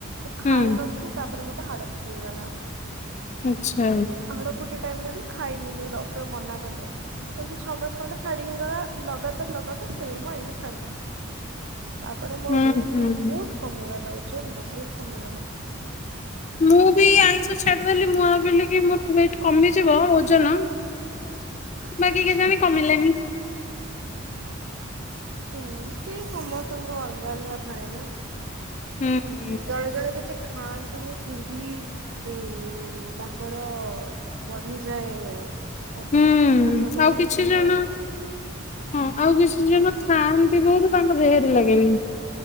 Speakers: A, on the right; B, on the left.
A: ମୁଁ ଖାଉନଥିଲି
B: ହୁଁ
A: ତାପରେ ମତେ ହାଡ଼ଫୁଟି ହେଇଗଲା।
B: ଆଚ୍ଛା।
A: ହାଡଫୁଟି ଟାଇମ୍ ରେ ବି ଖାଇଲିନି ଡକ୍ଟର ମନା କଲେ। ଏମିତି ଛଅ ମାସ ଖଣ୍ଡେ ଛାଡି ହେଇଗଲା ଲଗାତାର ଲଗାତାର ସେଇଠୁ ମୁଁ ଆଇଁଲି ଷ୍ଟାଟିଙ୍ଗ୍। ତାପରେ ମୋର
B: ହୁଁ
A: ୱେଟ୍
B: ହୁଁ।
A: ବହୁତ କମିଗଲା ଓଜନ ବହୁତ କମିଗଲା।
B: ମୁଁ ବି ଆଇଁଷ ଛାଡିଦେଲି ମୁଁ ଭାବିଲି କି ମୋର ୱେଟ୍ କମିଯିବ ଓଜନ ବାକି କେଜାଣି କମିଲାନି।
A: ହୁଁ ସେ ସମସ୍ତଙ୍କ ଅଲଗା ଅଲଗା ଥାଏ ନା।
B: ହୁଁଁ।
A: ଜଣେ ଜଣେ କିଛି ଖାଆନ୍ତି ନି। ଫିର୍ ଭି ଏ ତାଙ୍କର ବଢିଯାଏ ଓଜନ
B: ହୁଁ
A: ମୋର ଗୋଟେ
B: ଆଉ
A: ସିି
B: କିଛି
A: ବି ଅଛି
B: ଜଣ
A: ଆଉ।
B: ହଁ ଆଉ କିଛି ଜଣ ଥାଆନ୍ତି ବହୁତ ତାଙ୍କ ଦେହରେ ଲାଗେନି।